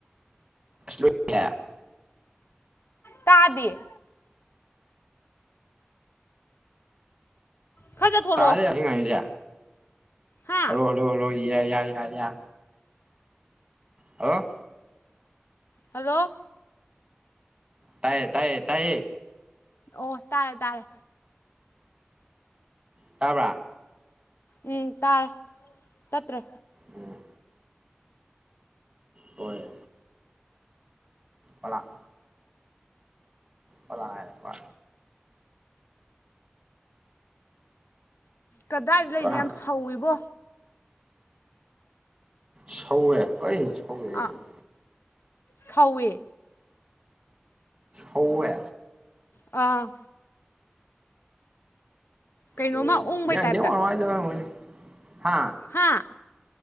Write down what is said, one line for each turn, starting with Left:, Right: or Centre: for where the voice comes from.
Right: <unintelligible>
Left: ꯇꯥꯗꯦ ꯈꯔ ꯆꯠꯊꯣꯔꯛꯑꯣ
Right: ꯇꯥꯗꯦ ꯑꯩ ꯉꯥꯡꯉꯤꯖꯦ
Left: ꯍꯥ
Right: ꯍꯜꯂꯣ ꯍꯜꯂꯣ ꯍꯜꯂꯣ ꯏꯌꯥ ꯏꯌꯥ ꯏꯌꯥ ꯏꯌꯥ ꯍꯜꯂꯣ
Left: ꯍꯜꯂꯣ
Right: ꯇꯥꯏꯌꯦ ꯇꯥꯏꯌꯦ ꯇꯥꯏꯌꯦ
Left: ꯑꯣ ꯇꯥꯔꯦ ꯇꯥꯔꯦ
Right: ꯇꯥꯕ꯭ꯔꯥ
Left: ꯎꯝ ꯇꯥꯔꯦ ꯇꯠꯇ꯭ꯔꯦ
Right: ꯑꯣ ꯍꯣꯏ ꯑꯣꯂꯥ ꯑꯣꯂꯥ ꯍꯥꯏꯔꯛꯄ
Left: ꯀꯗꯥꯏꯗ ꯂꯩꯅꯣ
Right: ꯄꯨꯔꯥ
Left: ꯌꯥꯝ ꯁꯧꯋꯤꯕꯣ
Right: ꯁꯧꯋꯦ ꯀꯩꯅꯣ ꯁꯧꯋꯦ ꯍꯥꯏꯁꯤꯕꯣ
Left: ꯑꯥ ꯁꯧꯋꯦ
Right: ꯍꯧꯋꯦ
Left: ꯑꯥ ꯀꯩꯅꯣꯝꯃ
Right: ꯎꯝ
Left: ꯎꯪꯕꯩ
Right: ꯅꯦ
Left: ꯇꯥꯏꯞꯇ
Right: ꯅꯦꯋꯥꯛ ꯅꯨꯡꯉꯥꯏꯇꯕꯩ ꯑꯣꯏꯔꯝꯒꯅꯤ ꯍꯥ
Left: ꯍꯥ